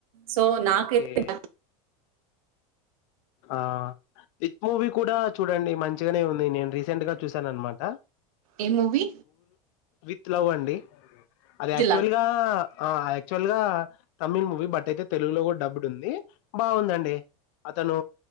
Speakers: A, on the right; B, on the left.
A: సో నాకైతే
B: ఓకే.
A: బా
B: ఆ విత్ మూవీ కూడా చూడండి మంచిగానే ఉంది నేను రీసెంట్ గా చూశాను అన్నమాట
A: ఏ మూవి
B: విత్ లవ్ అండి అది యాక్చువల్
A: లవ్
B: గా ఆ యాక్చువల్ గా తమిళ్ మూవీ బట్ అయితే తెలుగులో గూడా డబ్బుడు ఉంది బాగుందండి అతను